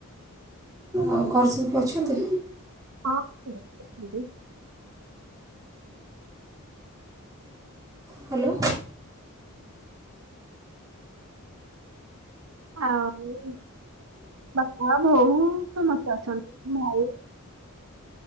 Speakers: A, on the right; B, on the right.
A: ଆଉ କର ସବୁ ଅଛନ୍ତି
B: ହଁ
A: ହ୍ୟାଲୋ।
B: ଆଉ ବାପା ବୋଉ ସମସ୍ତେ ଅଛନ୍ତି ଭାଇ।